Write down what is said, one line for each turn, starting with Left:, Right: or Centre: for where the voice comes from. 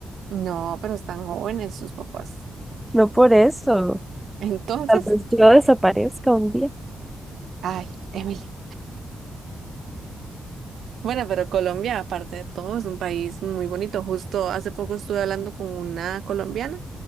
Right: No, pero están jóvenes sus papás.
Centre: No por eso.
Right: <laughs> Entonces,
Centre: Tal vez yo desaparezca un día.
Right: ay, Emily. Bueno, pero Colombia, aparte de todo, es un país muy bonito. Justo hace poco estuve hablando con una colombiana